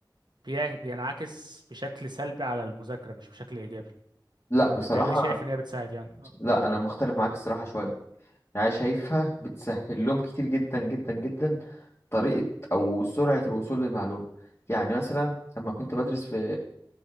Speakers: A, on the right (about 65°); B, on the left (about 30°).
A: بي... بينعكس بشكل سلبي على المذاكرة مش بشكل ايجابي
B: لا بصراحة
A: انت ليه شايف ان هي بتساعد يعني اه
B: لا انا مختلف معاك الصراحه شويه يعني
A: مم.
B: شايفها بتسهل لهم كتير جدا جدا جدا طريقه او سرعه الوصول للمعلومه يعني مثلا لما كنت بدرس في